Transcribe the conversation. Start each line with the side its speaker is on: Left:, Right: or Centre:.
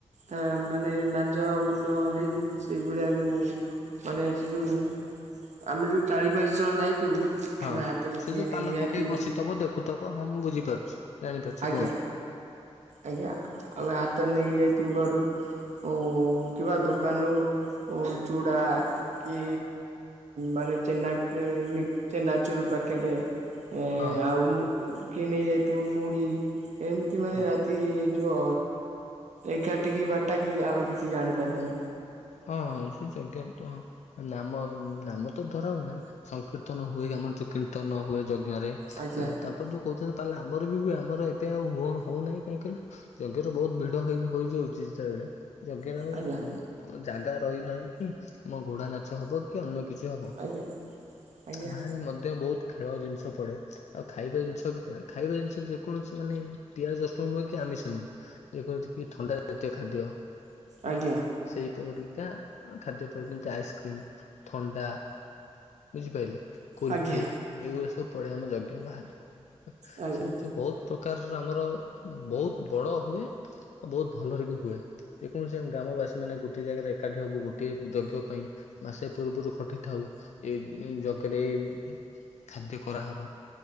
Right: ଏ ମାନେ ନାଞ୍ଜ ମୁଣ୍ଡ ହଲେଇକି ସେଇ ଭଳିଆ ଯୋଉ ମାନେ ସେ ଯୋଉ ଆମେ ଯୋଉ ଚାରି ପାଞ୍ଚ ଜଣ ଯାଇଥିବୁ
Left: ହଁ
Right: ଆମେ ହାତରେ
Left: ସେ
Right: କିଏ
Left: ଯୋଉ
Right: ନେଇକି
Left: ପାଲ
Right: ଯାଇଥିବୁ
Left: ପକେଇ ବସିଥିବ ଦେଖୁଥିବ ହଁ ମୁଁ ବୁଝିପାରୁଛି। ଜାଣିପାରୁଛି
Right: ଆଜ୍ଞା
Left: କୁହନ୍ତୁ
Right: ଆଜ୍ଞା ଆମେ ହାତରେ ନେଇକି ଯାଇଥିବୁ ଘରୁ ଓ କିବା ଦୋକାନରୁ ଉ ଚୁଡ଼ା କି ମାନେ ଚେନା ମି ଚେନାଚୁରୁ ପାକେଟେ ଏ
Left: ହଁ
Right: ଆଉ ମୁ କିଣି ଯାଇଥିବୁ ମୁଢି ଏମିତି ମାନେ
Left: ହଁ।
Right: ରାତି ଯିବ ଏଗାରଟା କି ବାରଟା କି ଆମେ କିଛି ଜାଣିପାରୁନୁ।
Left: ହଁ ସେ <unintelligible> ନାମ ନାମ ତ ଧରା ହୁଏନା ସଂକୀର୍ତ୍ତନ ହୁଏ ଆମର ଯେ କୀର୍ତ୍ତନ ନ ହୁଏ ଯ ଘରେ
Right: ଆଜ୍ଞା
Left: ହେଲା ତାପରେ ତ କୋଉଚନ୍ତି ତାଲେ ଆମର ବି ହୁଏ ଆମର ଏବେ ଆଉ ହୁଅର ହଉନାହିଁ କାହିଁକିି କଇଲ ଯଜ୍ଞରେ ବହୁତୁ ଭିଡ ହେଇ ହେଇଯାଉଚି ଯେତବେଳେ ଯଜ୍ଞ ର ଆଉ
Right: ଆଜ୍ଞା
Left: ଜାଗା ରଇନାଅଁ କି? ଆମ ଘୋଡା ନାଚ ହବ କି ଅନ୍ୟ କିଛି ହବ
Right: ଆଜ୍ଞା ଆଜ୍ଞା
Left: ବାହାରେ ମଧ୍ୟ ବହୁତ୍ ଖେଳ ଜିନିଷ ପଡେ ଆଉ ଖାଇବା ଜିନିଷ ବି ପଡେ ଖାଇବା ଜିନିଷ ଯେକୌଣସି ମାନେ ପିଆଜ <unintelligible> ନୁହେଁ କି ଆମିଷ ନୁହେଁ <unintelligible> ଥଣ୍ଡା ଜାତୀୟ ଖାଦ୍ୟ ହେଲା।
Right: ଆଜ୍ଞା
Left: ସେଇ ପରିକା ଖାଦ୍ୟ ପରେ ଯେମିତି ଆଇସ୍କ୍ରିମ୍ ଥଣ୍ଡା ବୁଝିପାଇଲେ କୁଲଫି
Right: ଆଜ୍ଞା
Left: ଏଇଗୁରା ସବୁ ପଡେ ଆମ ଯଜ୍ଞ ବାହାରେ
Right: ଆଜ୍ଞା ଆଜ୍ଞା
Left: ସେମିତି ବହୁତ ପ୍ରକାରର ଆମର ବହୁତ ବଡ଼ ହୁଏ। ଆଉ ବହୁତ ଭଲରେ ବି ହୁଏ ଯେକୌଣସି ଆମ ଗ୍ରାମବାସୀ ମାନେ ଗୋଟିଏ ଜାଗାରେ ଏକାଠି ହବୁ ଗୋଟିଏ ଯଜ୍ଞ ପାଇଁ। ମାସେ ପୂର୍ବୁରୁ ଖଟିଥାଉ ଏ <unintelligible> ରେ ଏଇ ଖାଦ୍ୟ କରାହବ।